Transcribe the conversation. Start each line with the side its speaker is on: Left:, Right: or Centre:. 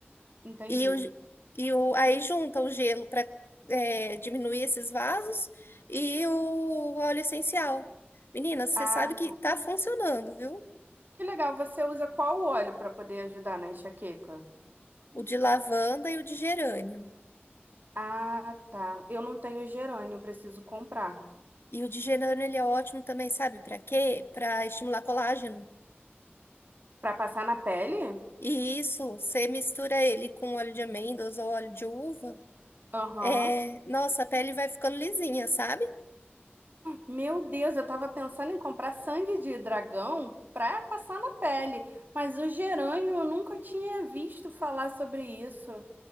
Right: Entendi.
Left: E, o, ge- e o, aí junta o gelo para diminuir esses vasos e o óleo essencial. Menina, você
Right: Ah,
Left: sabe que tá funcionando, viu?
Right: que legal, você usa qual óleo para poder ajudar na enxaqueca?
Left: O de lavanda e o de gerânio.
Right: Ah, tá. Eu não tenho gerânio, preciso comprar.
Left: E o digerano, ele é ótimo também, sabe? para quê? para estimular colágeno.
Right: Pra passar na pele?
Left: E isso, você mistura ele com óleo de amêndoas ou óleo de uva,
Right: Aham.
Left: é... nossa, a pele vai ficando lisinha, sabe?
Right: Meu Deus, eu tava pensando em comprar sangue de dragão pra passar na pele, mas o gerânio eu nunca tinha visto falar sobre isso.